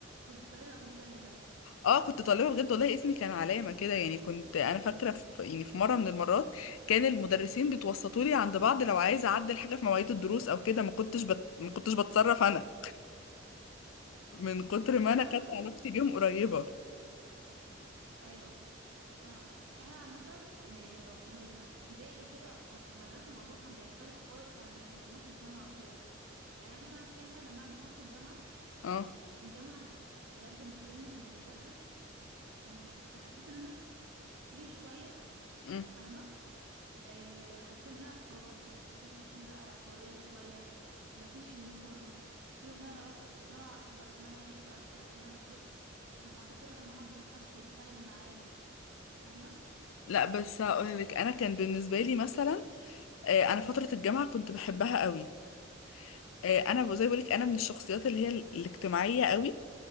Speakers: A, on the right; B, on the left.
A: كنت طالبه مجتهده
B: اه كنت طالبة بجد والله اسمي كان علامة كده يعني كنت انا فاكرة في... يعني في مرة من المرات كان المدرسين بيتوسطوا لي عند بعض لو عايزة اعدل حاجة في مواعيد الدروس او كده ما كنتش بت... ما كنتش بتصرف انا من كتر ما
A: احنا
B: انا كانت
A: عامه
B: علاقتي بيهم قريبة
A: ايوه فاهمة احنا عامه يعني لما كنا بنبقى في ابتدائي وكده او في مدرسه الموضوع كان بيختلف خالص عن لما كنا بنروح الجامعه وكده يعني انا مثلا شايفه لما انا دخلت الجامعه
B: اه
A: الجامعه دي بجد من ضمن مميزاتها كان كنت حسيت ان انا فري شويه
B: مم.
A: فاهمه آه، حسيت ان أنا خلاص يعني في في بقى حريه شويه ما فيش يونيفورم في يوم انا اروح الجامعه وقت ما انا احب امشي وقت ما انا احب ما حبيتش اروح النهارده ما حدش هيتكلم معايا فاهمه
B: لا بس هقول لك انا كان بالنسبه لي مثلا آه، انا فتره الجامعه كنت بحبها قوي آه، انا ب- زي ما بقول لك انا من الشخصيات اللي هي ال- الاجتماعيه قوي